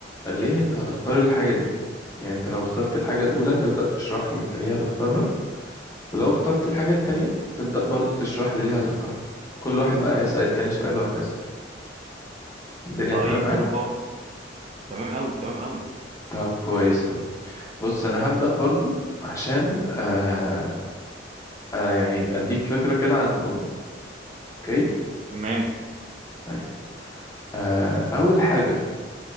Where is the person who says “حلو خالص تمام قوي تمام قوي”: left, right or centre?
Right